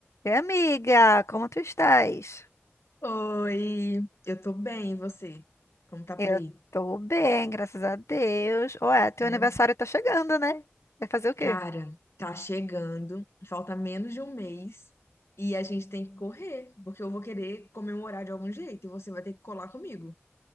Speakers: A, on the left; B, on the left.
A: Oi, amiga, como tu estás?
B: Oi, eu tô bem, e você? Como tá
A: Eu
B: por aí?
A: tô bem, graças a Deus. Ué, teu
B: É.
A: aniversário tá chegando, né? Vai fazer o quê?
B: Cara, tá chegando, falta menos de um mês e a gente tem que correr, porque eu vou querer comemorar de algum jeito e você vai ter que colar comigo.